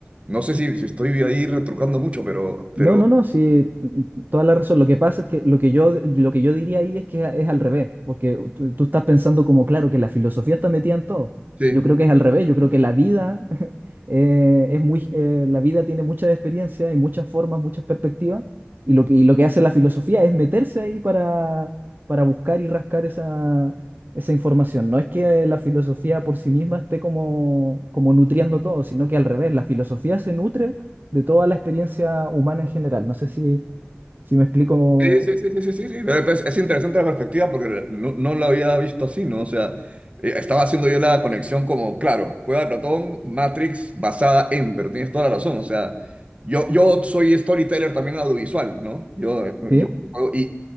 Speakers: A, on the right (about 30°); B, on the right (about 50°).
A: No sé si, si estoy ahí retrucando mucho, pero, pero...
B: No, no, no, sí, toda la razón. Lo que pasa es que lo que yo, lo que yo diría ahí es que es al revés, porque tú, tú estás pensando como, claro, que la filosofía está metida en todo.
A: Sí.
B: Yo creo que es al revés, yo creo que la vida eh, es muy, eh, la vida tiene muchas experiencias y muchas formas, muchas perspectivas, y lo que, y lo que hace la filosofía es meterse ahí para, para buscar y rascar esa, esa información. No es que la filosofía por sí misma esté como, como nutriendo todo, sino que al revés, la filosofía se nutre de toda la experiencia humana en general. No sé si, si me explico.
A: Sí, sí, sí, sí, sí, sí, sí. Pero, pues, es interesante la perspectiva porque no, no lo había visto así, ¿no? O sea, eh, estaba haciendo yo la conexión como, claro, Cueva de Platón, Matrix basada en, pero tienes toda la razón, o sea, yo, yo soy storyteller también audiovisual, ¿no? Yo,
B: ¿Sí?
A: yo, y,